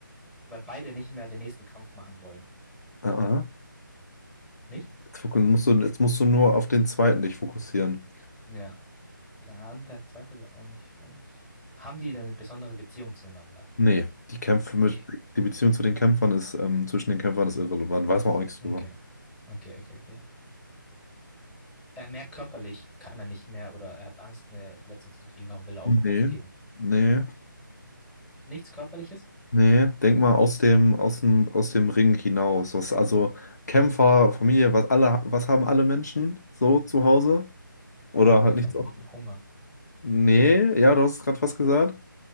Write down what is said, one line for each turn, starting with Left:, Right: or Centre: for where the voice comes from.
Centre: Weil beide nicht mehr den nächsten Kampf machen wollen.
Left: Ah, ah.
Centre: Nicht?
Left: Jetzt, fok- musst du, jetzt musst du nur auf den zweiten dich fokussieren.
Centre: Ja. Der andere, der zweite will auch nicht verlieren. Haben die denn eine besondere Beziehung zueinander?
Left: Nee, die Kämpfe mit,
Centre: Nee.
Left: die Beziehung zu den Kämpfern ist, ähm, zwischen den Kämpfern ist irrelevant, weiß man auch nichts drüber.
Centre: Okay. Okay, okay, okay. Er merkt körperlich, kann er nicht mehr oder er hat Angst, eine Verletzung zu kriegen, darum will er auch
Left: Nee,
Centre: aufgeben.
Left: nee,
Centre: Nichts Körperliches?
Left: nee. Denk mal aus dem, aus dem, aus dem Ring hinaus. Was, also Kämpfer, Familie, was alle, was haben alle Menschen so zu Hause? Oder
Centre: Eine
Left: halt nichts.
Centre: Familie,
Left: auch-
Centre: Hunger.
Left: Nee, ja, du hast es gerade fast gesagt.